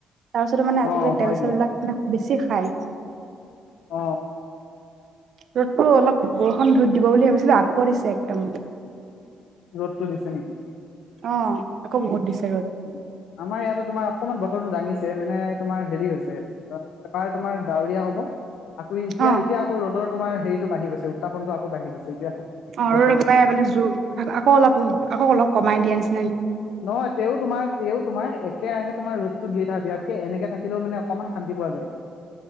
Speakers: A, on the right; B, on the left.
A: তাৰপিছতো মানে
B: অ
A: আজিকালি
B: হয়
A: তেল
B: দিয়া
A: চেলবিলাকানে বেছি খায়
B: অ
A: ৰ'দতো অলপ বৰষুণ ধুত দিব বুলি ভাবিছিলো আকৌ দিছে ম
B: ৰ'দটো দিছে নেকি
A: অ আকৌ বহুত দিছো
B: উ আমাৰ ইয়াাতো তোমাৰ অকমান টো দাঙিছে মানে তোমাৰ হেৰি হৈছে অ এবাৰ তোমাৰ ডাৱৰীয়া হব আকৌ এতিয়া
A: অ
B: এতিয়া আকৌ ৰ'দৰ তোৰ হেৰিটো বাঢ় গছে উতাপনটো আকৌ বাহি গৈছে এতিয়া
A: অ
B: বৰ্তমান
A: ৰ একেবাৰে মানে জোৰ আকৌ অলপ আকৌ অলপ কমাই দিয় আ নিছিল
B: নহয় তেওঁ তোমাৰ তেওঁ তোমাৰ একেৰাহে তোমাৰ ৰদতটো দি থাকতকৈ বিৰাাতকে এনেকে থাকে মানে অকমান শান্তি পোৱা যায়